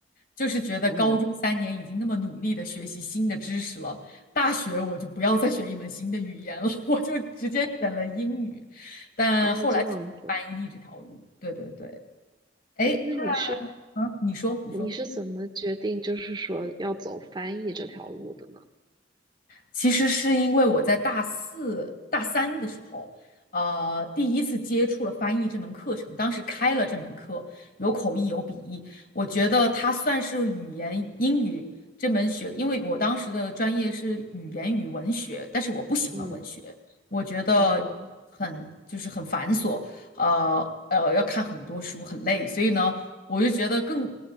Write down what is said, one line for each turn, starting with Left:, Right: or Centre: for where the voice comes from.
Left: 就是觉得高中三年已经那么努力的学习新的知识了，
Right: 嗯，
Left: 大学我就不要再学一门新的语言了，<laughs> 我就直接选了英语，但后来选了翻译这条路。
Right: 哦，这样子，
Left: 对对对。哎，
Right: 哎，
Left: 诶
Right: 那你是
Left: 啊，你说，你说，
Right: 你是怎么决定就是说要走翻译这条路的呢？
Left: 其实是因为我在大四、大三的时候，呃，第一次接触了翻译这门课程，当时开了这门课，有口译，有笔译，我觉得它算是语言英语这门学，因为我当时的专业是语言与文学，但是我不喜欢文学，
Right: 嗯，
Left: 我觉得很就是很繁琐，
Right: 哦。
Left: 呃呃，要看很多书，很累，所以呢。我就觉得更